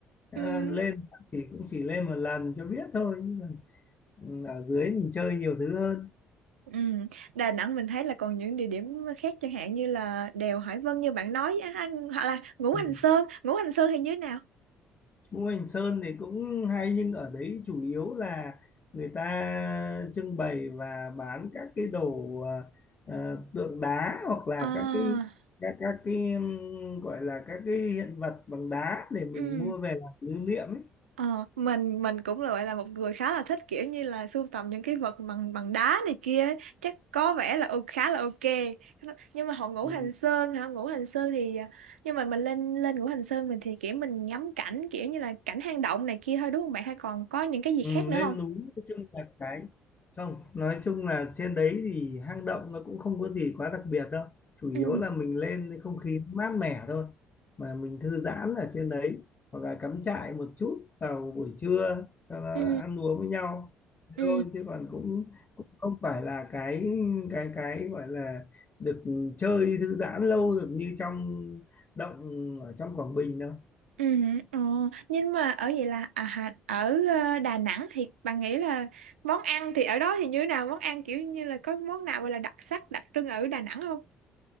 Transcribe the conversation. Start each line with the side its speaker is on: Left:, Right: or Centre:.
Left: à,
Right: Ừ,
Left: lên chắc chỉ cũng chỉ lên một lần cho biết thôi nhưng mà ừ, ở dưới mình chơi nhiều thứ hơn
Right: Ừ. Đà Nẵng mình thấy là còn những địa điểm khác chẳng hạn như là đèo Hải Vân như bạn nói á, á, hoặc là Ngũ Hành
Left: Ừ.
Right: Sơn Ngũ Hành Sơn thì như thế nào
Left: Ngũ Hành Sơn thì cũng hay nhưng ở đấy chủ yếu là người ta trưng bày và bán các cái đồ ờ, ờ, tượng đá hoặc là
Right: À,
Left: các cái các các cái ừm, gọi là các cái hiện vật bằng đá để mình
Right: ừ.
Left: mua về làm lưu niệm ấy.
Right: ờ, mình mình cũng là gọi là một người khá là thích kiểu như là sưu tầm những cái vật bằng bằng đá này kia ấy. chắc có vẻ là ok- khá là ok nhưng mà họ Ngũ
Left: Ừ.
Right: Hành Sơn hả Ngũ Hành Sơn thì à, nhưng mà mình lên lên Ngũ Hành Sơn mình thì kiểu mình ngắm cảnh kiểu như là cảnh hang động này kia thôi đúng không bạn hay còn có những cái gì
Left: Ừ,
Right: khác nữa
Left: lên
Right: không
Left: núi nói chung là cái không nói chung là trên đấy thì hang động nó cũng không có gì quá đặc biệt đâu chủ yếu
Right: Ừ.
Left: là mình lên thì không khí nó mát mẻ thôi mà mình thư giãn ở trên đấy hoặc là cắm trại một chút vào buổi trưa cho nó
Right: Ừ.
Left: ăn uống với nhau
Right: Ừ.
Left: thôi chứ còn cũng cũng không phải là cái cái cái gọi là được chơi thư giãn lâu được như trong động ở trong Quảng Bình đâu
Right: Ừ, ờ. Nhưng mà ở vậy là à, hà- ở ờ, Đà Nẵng thì bạn nghĩ là món ăn thì ở đó thì như thế nào? Món ăn kiểu như là có món nào gọi là đặc sắc, đặc trưng ở Đà Nẵng không?